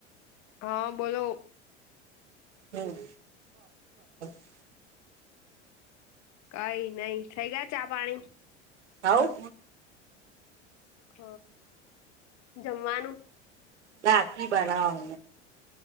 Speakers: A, on the left; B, on the right.
A: હા બોલો.
B: હમ <unintelligible>
A: કઈ નઈ થઈ ગયા ચા પાણી?
B: હાવ.
A: હ જમવાનું
B: લાપશી બનાવ